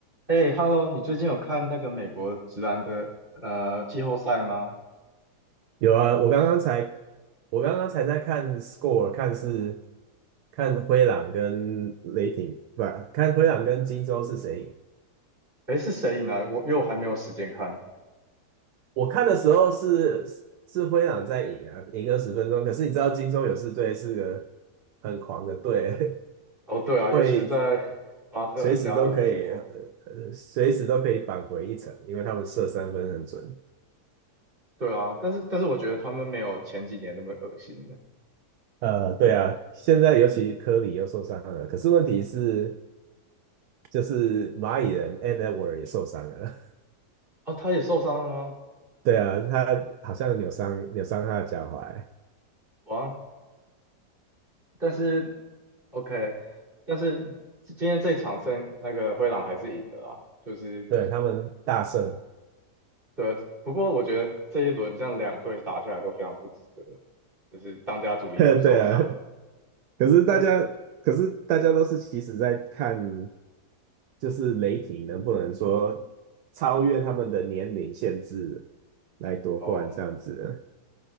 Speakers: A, on the right; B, on the right.
A: 哎，Hello，你最近有看那个美国直男的呃季后赛吗？
B: 有啊，我刚刚才我刚刚才在看 score，看是看灰狼跟雷霆，不，看灰狼跟金州是谁赢。
A: 哎，是谁赢了？我因为我还没有时间看。
B: 我看的时候是是灰狼在赢啊，赢二十分钟。可是你知道金州勇士队是个很狂的队，
A: 哦，对啊，
B: <laughs>
A: 尤其是在
B: 会
A: <laughs> 巴特加入之后，
B: 随时都可以，呃随时都可以扳回一城，因为他们射三分很准。
A: 对啊，但是但是我觉得他们没有前几年那么恶心了。
B: 呃，对啊，现在尤其科里又受伤了，可是问题是就是蚂蚁人 and Edward 也受伤了。
A: 哦，他也受伤了吗？
B: 对啊，他好像扭伤扭伤他的脚踝，
A: 哇，但是 OK，但是今天这一场胜那个灰狼还是赢了啦，就是
B: 对，他们大胜，
A: 对，不过我觉得这一轮这样两队打下来都非常不值得，就是当家主力都受伤。
B: <laughs> 对啊，可是大家可是大家都是其实在看，
A: 有
B: 就是雷霆能不能说超越他们的年龄限制来夺冠这样子，
A: 哦，